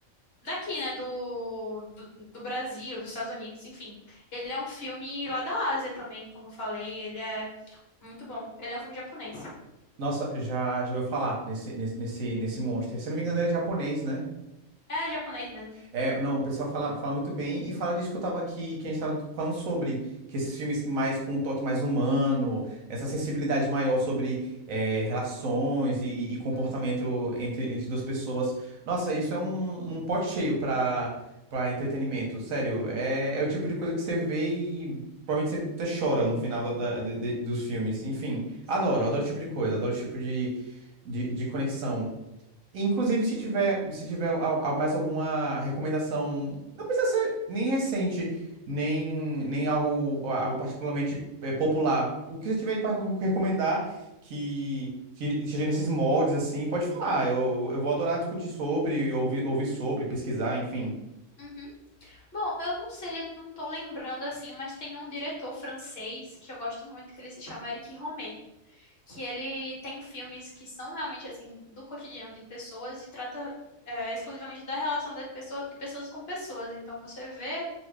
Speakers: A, on the left (about 50°); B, on the right (about 80°).
A: daqui, né, do, do, do Brasil, dos Estados Unidos, enfim. Ele é um filme lá da Ásia também, como eu falei, ele é muito bom. Ele é um filme japonês.
B: Nossa, já, já ouviu falar nesse, nesse, nesse, nesse monster. Se não me engano, ele é japonês, né?
A: É japonês mesmo.
B: É, não, o pessoal fala, fala muito bem e fala disso que eu tava que, que a gente tava falando sobre, que esses filmes mais com um toque mais humano, essa sensibilidade maior sobre é, relações e, e comportamento
A: Uhum,
B: entre, entre duas pessoas. Nossa, isso é um, um pote cheio para para entretenimento, sério. É, é o tipo de coisa que você vê e provavelmente você, você chora no final da- da- de- de- dos filmes. Enfim,
A: sim.
B: adoro, adoro esse tipo de coisa, adoro esse tipo de, de, de conexão. Inclusive, se
A: E-
B: tiver, se tiver al- al- mais alguma recomendação, não precisa ser nem recente, nem, nem algo, algo particularmente eh, popular. O que você tiver para recomendar que, que seja nesses moldes, assim, pode falar. Eu, eu vou adorar discutir sobre, ouvir, ouvir sobre, pesquisar, enfim.
A: uhum. Bom, eu não sei, eu não tô lembrando assim, mas tem um diretor francês que eu gosto muito, que ele se chama Eric Rohmer, que ele tem filmes que são realmente assim do cotidiano de pessoas e trata é, exclusivamente da relação da pessoa, de pessoas com pessoas. Então você vê